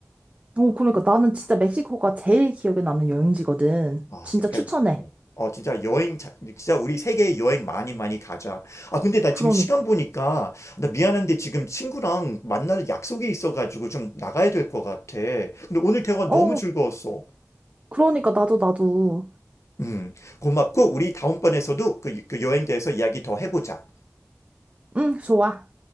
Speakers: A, on the right; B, on the left.
A: 어, 그러니까 나는 진짜 멕시코가 제일 기억에 남는 여행지거든.
B: 아,
A: 진짜
B: 그러니까
A: 추천해.
B: 어, 진짜 여행, 자- 진짜 우리 세계 여행 많이 많이 가자. 아, 근데 나
A: 그러니까.
B: 지금 시간 보니까 나 미안한데 지금 친구랑 만날 약속이 있어가지고 좀 나가야 될 것 같아. 근데 오늘 대화
A: 어.
B: 너무 즐거웠어.
A: 그러니까 나도 나도
B: 음, 고맙고 우리 다음번에서도 그, 그 여행 대해서 이야기 더 해보자.
A: 응 좋아.